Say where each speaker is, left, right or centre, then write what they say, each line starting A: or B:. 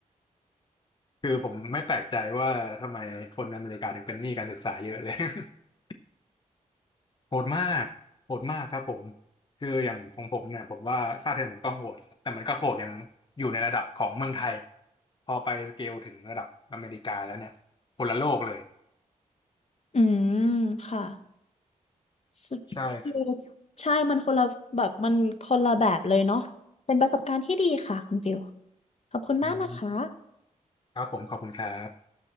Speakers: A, on the left; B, on the left.
A: คือผมไม่แปลกใจว่าทำไมคนอเมริกาถึงเป็นหนี้การศึกษาเยอะเลย <laughs> โหดมากโหดมากครับผมคืออย่างของผมเนี่ยผมว่าค่าเทอมผมก็โหดแต่มันก็โหดยังอยู่ในระดับของเมืองไทยพอไปสเกลถึงระดับอเมริกาแล้วเนี่ยคนละโลกเลย
B: อืมค่ะสุดคือ
A: ใช่ครับ
B: ใช่มันคนละแบบมันคนละแบบเลยเนาะเป็นประสบการณ์ที่ดีค่ะคุณฟิวขอบคุณมากนะคะ
A: อืมครับผมขอบคุณครับ